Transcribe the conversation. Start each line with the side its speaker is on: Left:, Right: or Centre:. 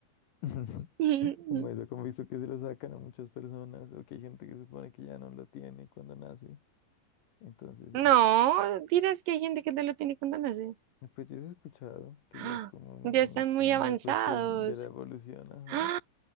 Left: <laughs>
Right: <laughs>
Left: Como eso, como he visto que se lo sacan a muchas personas o que hay gente que supone que ya no lo tiene cuando nace. Entonces
Right: No,
Left: eso.
Right: dirás que hay gente que no lo tiene cuando nace.
Left: Pues yo sí he escuchado que
Right: <gasps> ¡Ah!
Left: ya es como un-
Right: Ya están muy
Left: una
Right: avanzados.
Left: cuestión de la evolución,
Right: <gasps>
Left: ajá.
Right: ¡Ah!